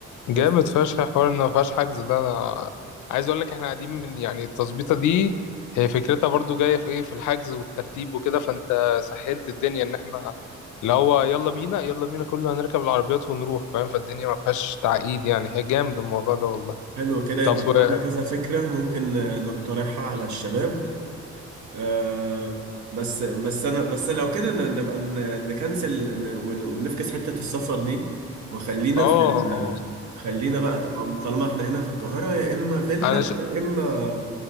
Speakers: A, on the left (about 75°); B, on the right (about 70°).
A: جامد
B: بس
A: فشخ حوار ان ما فيهاش حجز ده انا عايز اقول لك احنا قاعدين من يعني التظبيطه دي هي فكرتها برضو جايه في ايه في الحجز والترتيب وكده فانت سهلت الدنيا ان احنا اللي هو يلا بينا يلا بينا كله هنركب العربيات ونروح فاهم فالدنيا ما فيهاش تعقيد يعني هي جامد الموضوع ده والله
B: حلو كده يبقى
A: طب <laughs>
B: معانا كذا فكرة ممكن نقترحها على الشباب آه بس بس انا بس لو كده ن- نبقى ن- نكنسل ن- ون- ونفكس حتة السفر دي وخلينا
A: اه
B: في ال
A: اه
B: خلينا بقى طالما طالما احنا هنا في القاهرة يا اما فيلا
A: انا ش...
B: يا اما